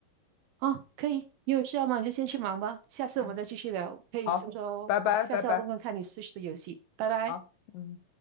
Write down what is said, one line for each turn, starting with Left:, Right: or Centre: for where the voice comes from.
Right: 啊，可以，你有事要忙你就先去忙吧，下次我们再继续聊，
Left: 嗯，
Right: 可以说说哦我下次要问问看你
Left: 好，拜拜拜拜，
Right: Switch 的游戏，拜拜。
Left: 好，嗯。